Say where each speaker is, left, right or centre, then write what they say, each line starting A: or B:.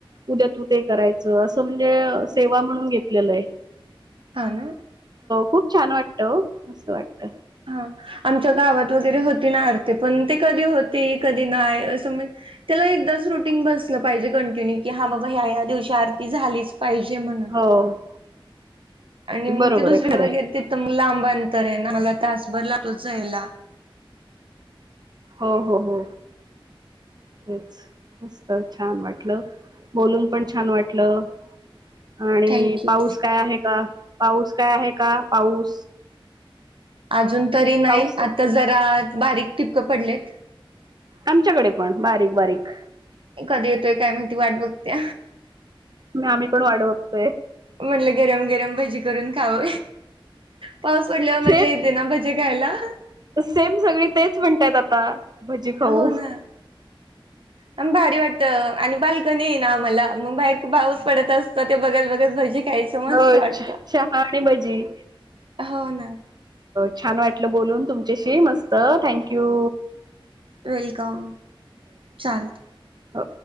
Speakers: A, on the right; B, on the right.
A: उद्या तू ते करायच अस म्हणजे सेवा म्हणून घेत लय.
B: हा ना.
A: खूप छान वाटतं हो मस्त वाटतं.
B: हा आमच्या गावात वगरे हो ना आरती पण ते कधी होती कधी नाही अस म्हण एकदाच रुटीन बस पाहिजे कंटिन्यू की हा बाबा ह्या ह्या दिवशी आरती झालीच पाहिजे म्हणून
A: हो
B: आणि मग
A: बरोबर
B: ते दुसरीकडे
A: आहे खरं आहे
B: गेलते म लांब बन तर आहे ना मला तासभर लागतो जायला.
A: हो हो हो तेच मस्त छान वाटलं. बोलून पण छान वाटलं. आणि
B: थँक्यू
A: पाऊस काय आहे का पाऊस काय आहे का पाऊस.
B: अजून तरी नाही
A: पाऊस
B: आता जरा बारीक टिपकं पडलेत.
A: आमच्याकडे पण बारीक बारीक
B: कधी येतोय काय माहिती वाट बघते.
A: आम्ही पण वाढ बघतोय
B: म्हटल गरम गरम भजी करून खाऊ पाऊस पडल्यावर
A: सेम
B: मज्या येते ना भजी खायला.
A: सेम सगळी तेच म्हणतायत आता भजी खाऊ.
B: हो ना म भारी वाटत आणि बाल ना आमला मग बाहेर भाऊस पडत असतं ते बगल बगल भजी कायच मस्त
A: हो
B: वाटत
A: चहा आणि भजी.
B: हो ना
A: छान वाटलं बोलून तुमच्याशी मस्त थँक्यू.
B: वेलकम चालत.
A: अ